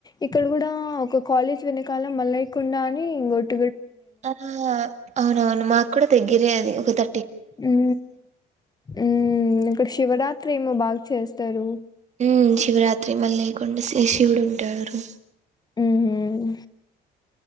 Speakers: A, on the left; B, on the right.
A: ఇక్కడ కూడా ఒక కాలేజ్ వెనకాల మల్లయ్య కొండ అని ఇంగోటి
B: ఆ అవునవును మాకు కూడా తెగ గిరే అది ఒక త
A: ఉ ఉ కృస్ శివరాత్రి ఏమో బాగా చేస్తారు
B: ఉ శివరాత్రి మళ్ళీ లేయకుండా శ శివుడు ఉంటారు
A: ఉ హు